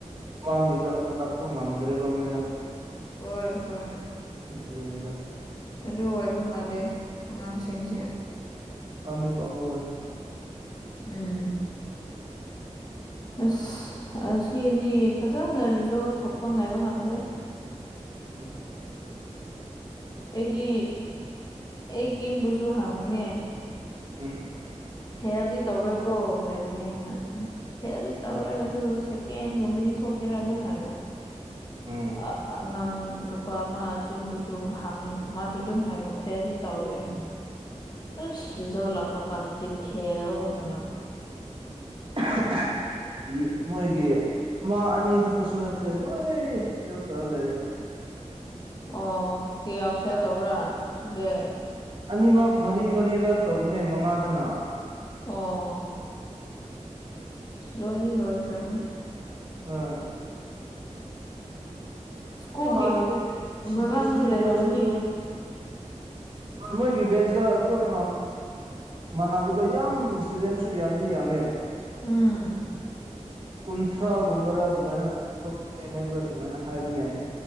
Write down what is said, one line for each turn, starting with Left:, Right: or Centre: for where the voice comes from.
Right: ꯃꯃꯥꯡꯒꯤꯗ ꯍꯜꯂꯛꯄ ꯉꯝꯗ꯭ꯔꯦꯕ ꯃꯣꯏꯗ
Left: ꯍꯣꯏ ꯍꯣꯏ
Right: ꯑꯗꯨꯒꯅꯦꯗ
Left: ꯑꯗꯨ ꯑꯣꯏꯕ ꯃꯥꯂꯦ ꯑꯉꯥꯡꯁꯤꯡꯁꯦ
Right: ꯀꯤꯄꯥ ꯃꯨꯦ
Left: ꯎꯝ
Right: <inaudible>
Left: ꯑꯁ ꯁꯤꯅꯤ ꯐꯖꯅ ꯔꯤꯖꯣꯔꯚ ꯊꯣꯛꯄ ꯉꯥꯏꯕ ꯉꯝꯗ꯭ꯔꯦ
Right: ꯎꯝ
Left: ꯑꯩꯗꯤ ꯑꯩ ꯀꯦꯝꯦꯝꯕꯨꯁꯨ ꯍꯥꯡꯉꯨꯅꯦ
Right: ꯎꯝ
Left: ꯐꯦꯜꯗꯤ ꯇꯧꯔꯣꯏꯀꯣ ꯍꯕꯅꯤꯅ ꯐꯦꯜꯗꯤ ꯇꯧꯔꯣꯏ
Right: ꯎꯝ
Left: ꯑꯗꯨ ꯀꯦꯟꯒꯨꯝꯕꯗꯤ ꯊꯣꯛꯀꯦꯔꯥ ꯑꯗꯨꯝ ꯍꯥꯏꯕ
Right: ꯎꯝ
Left: ꯑ ꯑꯉꯥꯡ ꯅꯨꯄꯥ ꯑꯃ ꯑ ꯆꯨꯟꯕꯁꯨ ꯍꯥꯡꯉꯦ ꯃꯥꯁꯨ ꯑꯗꯨꯝ ꯍꯥꯏꯕ ꯐꯦꯜꯗꯤ ꯇꯧꯔꯣꯏ ꯍꯥꯏꯅꯤ ꯑ ꯁ꯭ꯔꯤꯖꯣ ꯂꯥꯛꯄ ꯀꯥꯟꯗꯗꯤ ꯐꯦꯜ ꯑꯣꯏꯅ ꯂꯥꯛꯄ
Right: <unintelligible> ꯃꯣꯏꯒꯤ ꯑꯃ ꯑꯅꯤ ꯈꯛꯇꯁꯨ ꯅꯠꯇꯦ ꯂꯣꯏ ꯐꯦꯜ ꯇꯧꯔ ꯂꯩꯔꯦ
Left: ꯑꯣ ꯀꯌꯥ ꯐꯦꯜ ꯇꯧꯕ꯭ꯔꯥ ꯁꯕꯖꯦꯛ
Right: ꯑꯅꯤꯃꯛ ꯃꯔꯤ ꯃꯔꯤꯔ ꯇꯧꯕꯅꯦ ꯃꯉꯥꯗꯅ
Left: ꯑꯣ ꯂꯣꯏꯗꯤ ꯂꯣꯏꯈ꯭ꯔꯕꯅꯤ
Right: ꯑꯥ
Left: ꯁ꯭ꯀꯨꯜꯒꯤ
Right: ꯑꯗꯨ ꯍꯥꯟꯅꯗꯤ ꯁꯤ
Left: ꯃꯔꯝꯁꯨ
Right: ꯕꯤ ꯑꯦꯁ ꯁꯤ ꯑꯩꯈꯣꯏꯁꯨ
Left: ꯂꯩꯔꯝꯃꯅꯤ
Right: ꯑꯗꯨꯝ ꯍꯣꯏ ꯃꯣꯏꯒꯤ ꯕꯦꯖꯇ ꯑꯗꯨꯝ ꯃꯥꯟꯅꯕꯗꯣ ꯌꯥꯝ ꯏꯁꯇꯨꯗꯦꯟꯁꯨ ꯌꯥꯝꯗꯤ ꯌꯥꯝꯃꯦ
Left: ꯎꯝ
Right: ꯀꯨꯟꯊ꯭ꯔꯥꯒꯨꯝꯕꯔꯥ ꯑꯗꯨꯃꯥꯏꯅ ꯊꯣꯛꯇꯦ ꯍꯥꯏꯕ꯭ꯔ ꯑꯗꯨꯃꯥꯏꯅ ꯍꯥꯏꯕꯅꯦ